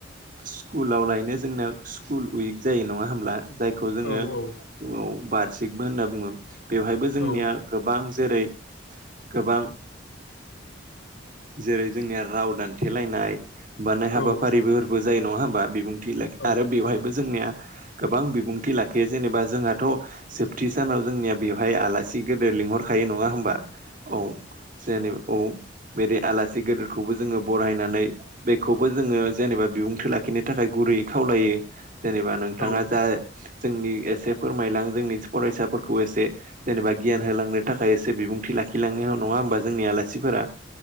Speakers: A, on the right (about 45°); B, on the left (about 80°).
A: स्कुलाव लायनो जोंना स्कुल उइक जायो नङा होमब्ला? जायखौ जोङो
B: औ औ
A: ओ बारसिकबो होनना बुङो। बेवहायबो जोंनिया
B: औ
A: गोबां जेरै गोबां जेरै जोंनिया राव दान्थेलायनाय बानाय हाबाफारिफोरफोरबो
B: औ
A: जायो नङा होमबा बिबुंथि लाखि
B: औ
A: आरो बेवहायबो जोंनिया गोबां बिबुंथि लाखियो जेनेबा जोंहाथ' जोबथि सानाव जोंनिया बेवहाय आलासि गोदोर लिंहर खायो नङा होमबा औ जेनेब औ बिदि आलासि गेदेरखौबो जो जोङो बरायनानै बेखौबो जोङो जेनेबा बिबुंथि लाखिनो थाखाय गुरैयै खावलायो जेनेबा नोंथाङा
B: औ औ
A: जा जोंनि एसे फोरमायलां जोंनि फरायसाफोरखौ एसे जेनेबा गियान होलांनो थाखाय एसे बिबुंथि लाखिलांनाय नङा होमबा जोंनि आलासिफोरा